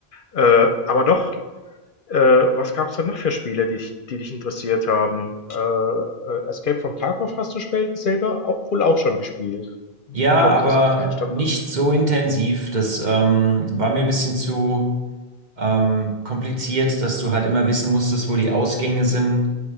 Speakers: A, on the left; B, on the right.
A: Äh, aber doch, äh, was gab es denn noch für Spiele, die, dich- die dich interessiert haben? Äh, äh, Escape from Tarkov hast du spel- selber auch, wohl auch schon gespielt,
B: Ja,
A: wenn
B: aber
A: ich das richtig verstanden
B: nicht
A: habe.
B: so intensiv. Das ähm, war mir ein bisschen zu ähm, kompliziert, dass du halt immer wissen musstest, wo die Ausgänge sind.